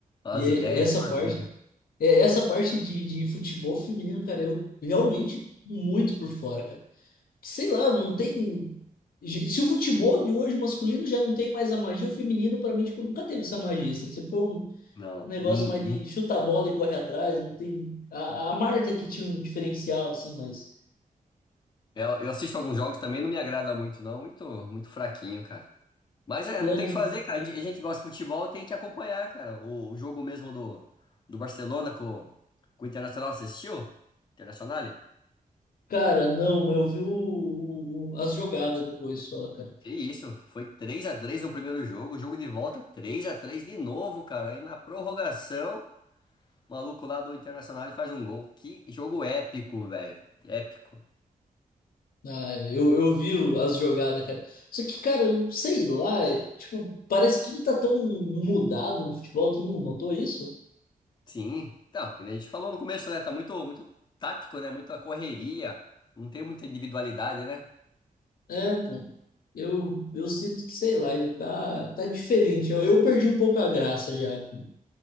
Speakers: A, on the left; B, on the left.
A: Olha
B: E
A: As ideias,
B: essa
A: formiga.
B: parte. é, Essa parte de, de futebol feminino, cara, eu realmente muito por fora, cara. Sei lá, não tem. Se o futebol de hoje masculino já não tem mais a magia, o feminino, pra mim, tipo, nunca teve essa magia. assim. Sempre foi um
A: Não.
B: um negócio
A: hum,
B: mais de
A: hum.
B: chuta a bola e corre atrás. Não tem. A, a Marta que tinha um diferencial, assim, mas.
A: Eu, eu assisto alguns jogos também, não me agrada muito, não. Muito, muito fraquinho, cara. Mas é,
B: Né?
A: não tem o que fazer, cara. A gente, a gente que gosta de futebol, tem que acompanhar, cara. O, o jogo mesmo do, do Barcelona com, com o Internacional, você assistiu? Internacional?
B: Cara, não, mas eu vi o, o- o- as jogadas depois só, cara.
A: Que isso, foi três a três no primeiro jogo, jogo de volta três a três de novo, cara. Aí na prorrogação, o maluco lá do Internacional faz um gol. Que jogo épico, velho. Épico.
B: Ah, eu, eu vi o- as jogadas, cara. Só que, cara, eu sei lá, é, tipo, parece que tudo tá tão mudado no futebol, tu não notou isso?
A: Sim, então, que nem a gente falou no começo, né? Tá muito, muito tático, né? Muita correria, não tem muita individualidade, né?
B: É, pô. Eu, eu sinto que, sei lá, ele tá, tá diferente. Eu, eu perdi um pouco a graça já com,